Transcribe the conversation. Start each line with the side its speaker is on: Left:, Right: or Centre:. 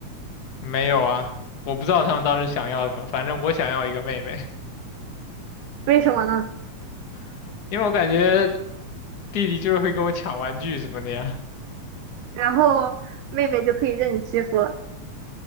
Left: 没有啊，我不知道他们当时想要什么，反正我想要一个妹妹，
Right: 为什么呢？
Left: <laughs> 因为我感觉。弟弟就是会跟我抢玩具什么的呀。
Right: 然后妹妹就可以任你欺负了。